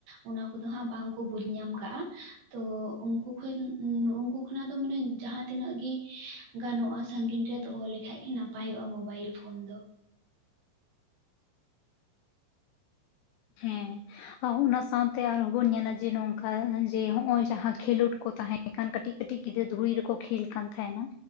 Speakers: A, on the right; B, on the left.
A: ᱚᱱᱟ ᱠᱚᱫᱚ ᱦᱟᱸᱜ ᱵᱟᱝᱠᱚ ᱵᱩᱡᱽ ᱧᱟᱢ ᱠᱟᱜᱼᱟ᱾ ᱛᱚ ᱩᱱᱠᱩ ᱠᱷᱚᱡ ᱩᱱᱠᱩ ᱠᱷᱚᱱᱟᱜ ᱫᱚ ᱢᱟᱱᱮ ᱡᱟᱦᱟᱸ ᱛᱤᱱᱟᱹᱜ ᱜᱮ ᱜᱟᱱᱚᱜᱼᱟ, ᱥᱟᱹᱜᱤᱧ ᱨᱮ ᱫᱚᱦᱚ ᱞᱮᱠᱷᱟᱡ ᱜᱮ ᱱᱟᱯᱟᱭᱚᱜᱼᱟ᱾ ᱢᱳᱚᱵᱟᱭᱤᱞ ᱯᱷᱳᱱ ᱫᱚ᱾
B: ᱦᱮᱸ ᱚᱱᱟ ᱥᱟᱶᱛᱮ ᱟᱨᱦᱚᱸ ᱵᱚᱱ ᱧᱮᱞᱟ ᱡᱮ ᱱᱚᱝᱠᱟ ᱡᱮ ᱦᱚᱭᱚᱜ ᱡᱟᱦᱟᱸ ᱠᱷᱮᱞᱳᱰ ᱠᱚ ᱛᱟᱦᱮᱸᱱ ᱮᱱᱠᱷᱟᱱ ᱠᱟᱹᱴᱤᱡ- ᱠᱟᱹᱴᱤᱡ ᱜᱤᱫᱽᱨᱟᱹ ᱫᱷᱩᱲᱤ ᱨᱮᱠᱚ ᱠᱷᱮᱞ ᱠᱟᱱ ᱛᱟᱦᱮᱱᱟ᱾